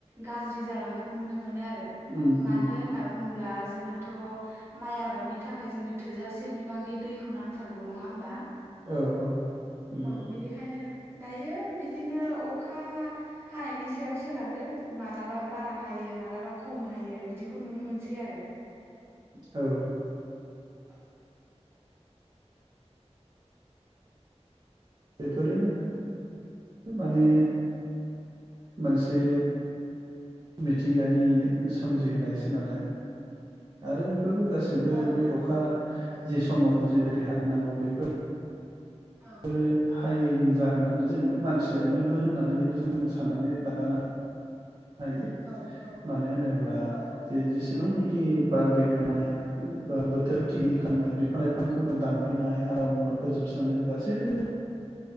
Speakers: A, on the right (about 20°); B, on the right (about 40°).
A: गाज्रि जालांनायखौ नुनो मोनो आरो
B: उम
A: मानो
B: उम
A: होनना बुंङोला जोंहाथ' माइ आबादनि थाखाय जोंनो थोजासे बिबांनि दैखौ नांथारगौ नङा होमबा
B: औ औ नंगौ
A: औ बिनिखायनो दायो बिदिनो अखा हानायनि सायाव सोनारो मालाबा बार रा हायो मालाबा खम हायो बिदिखौ नुनो मोनसै आरो
B: औ
A: औ
B: बेफोरो माने मोनसे मिथिंगानि सोमजिहोनायसो नोनानै आरो बेफोरखौ गासै बो
A: औ
B: बे अखा जि समाव जिबायदि हानांगौ बेफोर
A: औ
B: नो हायैनि जाहोनानो जोङो मानसियानोबो होननानैबो जोङो साननानै लानो हायो
A: औ औ
B: मानो होनोब्ला
A: औ
B: जे जेसेबांनि बार गेबेनाय बा बोथोर थिगि खालामनाय बिफां लाइफांखौ दानफैनाय हाग्रा बंग्रा फोजोबस्रांनाय बे गासैबो